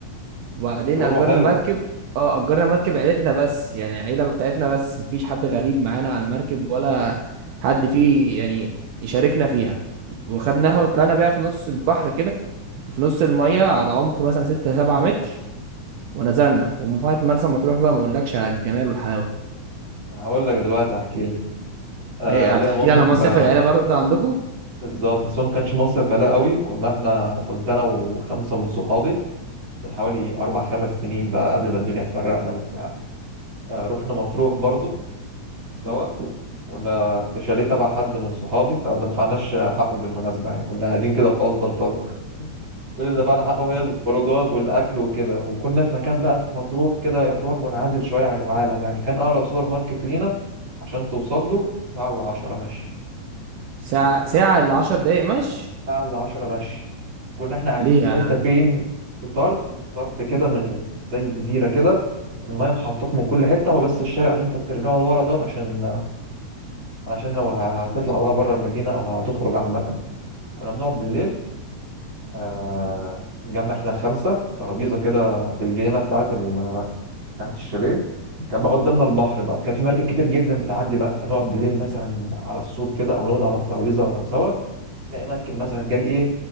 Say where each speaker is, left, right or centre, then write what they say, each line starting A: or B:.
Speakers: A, on the right (about 80°); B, on the right (about 40°).
A: وبعدين
B: كانت تجربة
A: أجرنا
B: حلوة
A: مركب اه أجرنا مركب عيلتنا بس يعني العيلة بتاعتنا بس مفيش حد غريب معانا على المركب ولا حد فيه يعني يشاركنا فيها وخدناها وطلعنا بيها في نص البحر كده وفي نص المية على عمق مثلا 6 7 متر ونزلنا ومفاهات مرسى مطروح بقى ما اقولكش على الجمال والحلاوة
B: أنا هقول لك دلوقتي هحكي لك آه
A: ايه
B: ليها
A: هتحكي
B: موقف
A: لي على مصيف
B: آه
A: العيلة برضه عندكم
B: بالظبط بس هو ما كانش مصيف لا قوي كنا احنا كنت انا وخمسه من صحابي من حوالي اربع خمس سنين بقى قبل ما الدنيا تفرقنا وبتاع آه رحنا مطروح برضو سوا كنا في شاليه تبع حد من صحابي فما دفعناش حقه بالمناسبة يعني كنا قاعدين كده خلاص بلطجة كل اللي دفعنا حقه هي الخروجات والأكل وكده وكنا في مكان بقى في مطروح كده يعتبر منعزل شوية عن العالم يعني كان أقرب سوبر ماركت لينا عشان توصل له ساعة إلا عشرة مشي
A: ساعة ساعة إلا عشر دقايق مشي
B: ساعة إلا عشرة مشي كنا إحنا قاعدين
A: ليه
B: في
A: يا
B: حتة
A: عم
B: فين في طرف طرف كده من زي جزيرة كده المايه محوطاك من كل حتة وبس الشارع اللي أنت بترجعه لورا دوت عشان علشان لو هتطلع بقى بره المدينة أو هتخرج عامة كنا بنقعد بالليل آه، نجمع احنا الخمسه في ترابيزه كده في الجنينه بتاعه ال... بتاعه الشاليه كان بقى قدامنا البحر بقى كان في مركب كتير جدا بتعدي بقى فنقعد بالليل مثلا على السور كده او نقعد على الترابيزه سوا تلاقي مركب مثلا جاي ايه